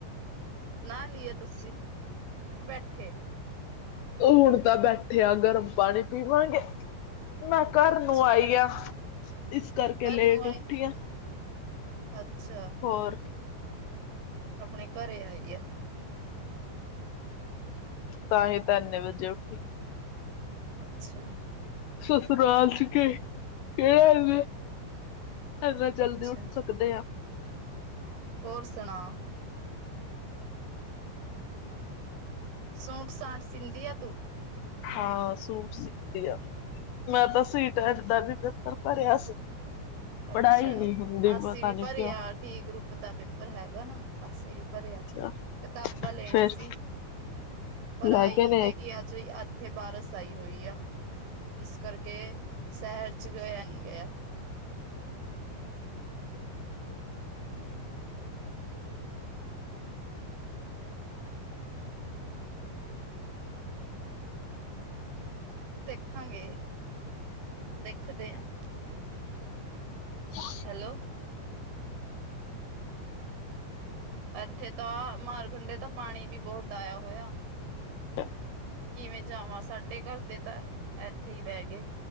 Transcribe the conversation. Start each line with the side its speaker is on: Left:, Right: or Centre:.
Right: ਨਾਲ ਈਏ ਤੁਸੀਂ, ਬੈਠੇ
Left: ਉਹ ਹੁਣ ਤਾਂ ਬੈਠੇ ਆ ਗਰਮ ਪਾਣੀ ਪੀਵਾਂਗੇ। ਮੈਂ ਘਰ
Right: ਅੱਛਾ
Left: ਨੂੰ ਆਈ ਆ ਇਸ ਕਰਕੇ
Right: ਘਰ
Left: ਲੇਟ
Right: ਨੂੰ ਆਈ
Left: ਉੱਠੀ ਆ।
Right: ਅੱਛਾ,
Left: ਹੋਰ
Right: ਆਪਣੇ ਘਰੇ ਆਈ ਆ।
Left: ਤਾਂਹੀ ਤਾਂ ਇੰਨੇ ਵਜੇ ਉੱਠੀ
Right: ਅੱਛਾ,
Left: ਸਸੁਰਾਲ ਚ <unintelligible> ਇੰਨਾ ਜਲਦੀ
Right: ਅੱਛਾ,
Left: ਉੱਠ ਸਕਦੇ ਆ
Right: ਹੋਰ ਸੁਣਾ? ਸੂਟ ਸਾਂਟ ਸੀਂਦੀ ਆ ਤੂੰ?
Left: ਹਾਂ ਸੂਟ ਸੀਂਧੀ ਆ। ਮੈਂ ਤਾਂ ਸੀਟੈਟ ਦਾ ਵੀ ਪੇਪਰ ਭਰਿਆ ਸੀ।
Right: ਅੱਛਾ
Left: ਪੜ੍ਹਾਈ ਨੀ ਹੁੰਦੀ
Right: ਅਸੀ
Left: ਪਤਾ
Right: ਵੀ
Left: ਨੀ
Right: ਭਰੀ
Left: ਕਿਉਂ
Right: ਆ ਡੀ ਗਰੁੱਪ ਦਾ ਪੇਪਰ ਹੈਗਾ ਨਾ। ਅੱਸੀ ਵੀ ਭਰਿਆ
Left: ਅੱਛਾ
Right: ਕਿਤਾਬਾਂ ਲੈਣੀ
Left: ਫਿਰ
Right: ਸੀ ਪਰ
Left: ਲੈ
Right: ਆਈ
Left: ਕੇ
Right: ਨਹੀਂ
Left: ਨੇ
Right: ਹੈਗੀ ਅੱ ਜ ਇੱਥੇ ਬਾਰਸ ਆਈ ਹੋਈ ਆ। ਇਸ ਕਰਕੇ ਸ਼ਹਿਰ ਚ ਗਿਆ ਨਹੀਂ ਗਿਆ। ਦੇਖਾਂਗੇ ਦੇਖਦੇ ਹਾਂ।
Left: <unintelligible>
Right: ਹੈਲੋ, ਇੱਥੇ ਤਾਂ ਮਾਰਖੰਡੇ ਤਾਂ ਪਾਣੀ ਵੀ ਬਹੁਤ ਆਇਆ ਹੋਇਆ।
Left: <unintelligible>
Right: ਕਿਵੇਂ ਜਾਵਾਂ ਸਾਡੇ ਘਰ ਦੇ ਤਾਂ ਇੱਥੇ ਹੀ ਬਹਿ ਗਏ।